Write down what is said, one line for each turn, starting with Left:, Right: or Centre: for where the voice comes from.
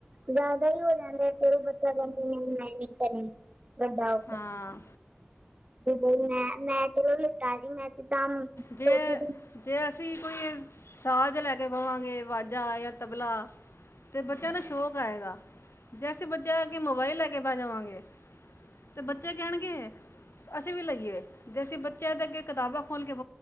Right: ਜ਼ਿਆਦਾ ਹੀ ਹੋ ਜੈਂਦੇ ਫੇਰ ਉਹ ਬੱਚਾ ਕਰਨੀ ਕਰਨ ਬਦਾ
Left: ਹਾਂ।
Right: ਮੈਂ ਮੈਂ ਤਾਜ਼ੀ ਮੈਂਚ ਤਾਂਮ ਖਟ
Left: ਜੇ
Right: ਦ
Left: ਜੇ ਅਸੀਂ ਕੋਈ ਸਾਜ ਲੈ ਕੇ ਬਵਾਂਗੇ ਵਾਜਾਂ ਯਾਂ ਤਬਲਾ। ਤੇ ਬੱਚਿਆਂ ਨੂੰ ਸ਼ੌਕ ਆਏਗਾ। ਜੇ ਅਸੀਂ ਬੱਚੇਆ ਦੇ ਅਗੇ ਮੋਬਾਈਲ ਲੈ ਕੇ ਬੈ ਜਾਵਾਂਗੇ ਤੇ ਬੱਚੇ ਕਹਿਣਗੇ ਅਸੀਂ ਵੀ ਲਈਏ ਜੇ ਅਸੀਂ ਬੱਚਿਆਂ ਦੇ ਅੱਗੇ ਕਿਤਾਬਾਂ ਖੋਲ੍ਹ ਕੇ